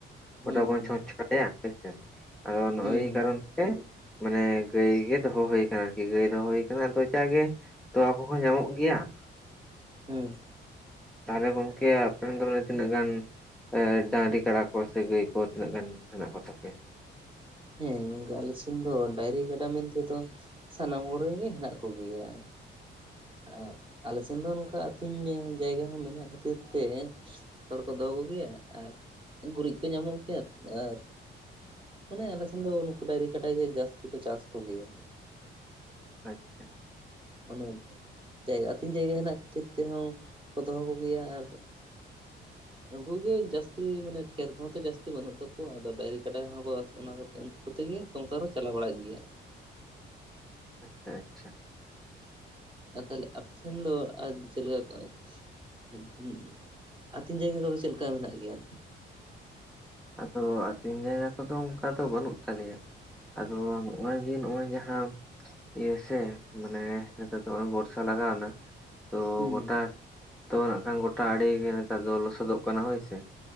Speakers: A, on the right; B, in the centre.
A: ᱦᱩᱸ
B: ᱜᱚᱴᱟ ᱵᱚᱱ ᱪᱷᱚᱸᱪ ᱲᱟᱭᱟ ᱦᱮᱸᱥᱮ, ᱟᱫᱚ
A: ᱦᱩᱸ
B: ᱮᱭ ᱠᱟᱨᱚᱱ ᱛᱮ ᱢᱟᱱᱮ ᱜᱟᱹᱭ ᱜᱮ ᱫᱚᱦᱚᱸ ᱦᱩᱭ ᱟᱠᱟᱱᱟ ᱟᱨᱠᱤ ᱜᱟᱹᱭ ᱫᱚᱦᱚᱸ ᱦᱩᱭ ᱟᱠᱟᱱᱟ ᱟᱫᱚ ᱡᱟ-ᱜᱮ ᱛᱚᱣᱟ ᱠᱚᱦᱚᱸ ᱧᱟᱢᱚᱜ ᱜᱮᱭᱟ ᱾
A: ᱦᱩᱸ ᱾
B: ᱛᱟᱦᱚᱞᱮ ᱜᱚᱝᱠᱮ ᱟᱯᱮ ᱨᱮᱱ ᱫᱚ ᱢᱟᱱᱮ ᱛᱤᱱᱟᱹᱜ ᱜᱟᱱ ᱮ ᱰᱟᱝᱨᱤ ᱠᱟᱰᱟ ᱠᱚ, ᱥᱮ ᱜᱟᱹᱭ ᱠᱚ ᱛᱤᱱᱟᱹᱜ ᱜᱟᱱ ᱦᱮᱱᱟᱜ ᱠᱚ ᱛᱟᱯᱮᱭᱟ?
A: ᱦᱮᱸ ᱜᱚᱝᱠᱮ ᱟᱞᱮ ᱥᱮᱱ ᱫᱚ ᱰᱟᱹᱝᱨᱤ ᱜᱟᱰᱟ ᱢᱮᱱ ᱛᱮᱫᱚ ᱥᱟᱱᱟᱢ ᱠᱚᱨᱮᱱ ᱜᱮ ᱦᱮᱱᱟᱜ ᱠᱚᱜᱮᱭᱟ᱾ ᱟᱨ ᱟᱞᱮ ᱥᱮᱱ ᱫᱚ ᱱᱚᱝᱠᱟ ᱟᱹᱛᱤᱧ ᱡᱟᱭᱜᱟ ᱦᱚᱸ ᱢᱮᱱᱟᱜ ᱠᱷᱟᱹᱛᱤᱨ ᱛᱮ ᱛᱚ ᱦᱚᱲ ᱠᱚ ᱫᱚᱦᱚ ᱠᱚᱜᱮᱭᱟ ᱟᱨ ᱜᱩᱨᱤᱡ ᱠᱚ ᱧᱟᱢᱚᱜ ᱜᱮᱭᱟ ᱟᱨ ᱢᱟᱱᱮ ᱟᱞᱮ ᱥᱮᱱ ᱫᱚ ᱱᱩᱠᱩ ᱰᱟᱹᱝᱨᱤ ᱠᱟᱰᱟ ᱜᱮ ᱡᱟᱹᱥᱛᱤ ᱠᱚ ᱪᱟᱥ ᱠᱚ ᱜᱮᱭᱟ᱾
B: ᱟᱪᱪᱷᱟ᱾
A: ᱢᱟᱱᱮ ᱡᱟᱭᱜᱟ ᱟᱹᱛᱤᱧ ᱡᱟᱭᱜᱟ ᱦᱮᱱᱟᱜ ᱠᱷᱟᱹᱛᱤᱨ ᱛᱮᱦᱚᱸ ᱠᱚ ᱫᱚᱦᱚ ᱠᱚ ᱜᱮᱭᱟ ᱟᱨ <inaudible> ᱩᱱᱠᱩ ᱜᱮ ᱡᱟᱹᱥᱛᱤ ᱢᱟᱱᱮ ᱠᱷᱮᱛ ᱠᱚᱦᱚᱸ ᱛᱚ ᱡᱟᱹᱥᱛᱤ ᱵᱟᱹᱱᱩᱜ ᱛᱟᱠᱚᱣᱟ᱾ ᱟᱫᱚ ᱰᱟᱹᱝᱨᱤ ᱠᱟᱰᱟ ᱦᱚᱸᱠᱚ ᱚᱱᱟ ᱠᱟᱛᱮ ᱩᱱᱠᱩ ᱠᱚᱛᱮ ᱜᱮ ᱥᱚᱝᱥᱟᱨ ᱦᱚᱸ ᱪᱟᱞᱟᱣ ᱵᱟᱲᱟᱜ ᱜᱮᱭᱟ᱾
B: ᱟᱪᱪᱷᱟ ᱟᱪᱪᱷᱟ᱾
A: ᱟᱨ ᱛᱟᱦᱚᱞᱮ ᱟᱯᱮ ᱥᱮᱱ ᱫᱚ ᱟᱨ ᱪᱮᱫ ᱞᱮᱠᱟ ᱠᱚ ᱩᱸᱜ ᱦᱩᱸ ᱟᱹᱛᱤᱧ ᱡᱟᱭᱜᱟ ᱠᱚᱫᱚ ᱪᱮᱫ ᱞᱮᱠᱟ ᱢᱮᱱᱟᱜ ᱜᱮᱭᱟ?
B: ᱟᱫᱚ ᱟᱹᱛᱤᱧ ᱡᱟᱭᱜᱟ ᱫᱚ ᱚᱱᱠᱟ ᱫᱚ ᱵᱟᱹᱱᱩᱜ ᱛᱟᱞᱮᱭᱟ᱾ ᱟᱫᱚ ᱱᱚᱜ-ᱚᱭ ᱡᱮ ᱱᱚᱜ-ᱚᱭ ᱡᱟᱦᱟᱸ ᱤᱭᱟᱹ ᱥᱮ ᱢᱟᱱᱮ ᱱᱤᱛᱚᱜ ᱫᱚ ᱦᱚᱸᱜ-ᱚᱭ ᱵᱚᱨᱥᱟ ᱞᱟᱜᱟᱣᱱᱟ᱾ ᱛᱚ
A: ᱦᱩᱸ
B: ᱜᱚᱴᱟ ᱛᱚ ᱱᱟᱜᱠᱷᱟᱱ ᱜᱚᱴᱟ ᱟᱲᱮ ᱜᱮ ᱱᱮᱛᱟᱨ ᱫᱚ ᱞᱚᱥᱚᱫᱚᱜ ᱠᱟᱱᱟ ᱦᱳᱭᱥᱮ᱾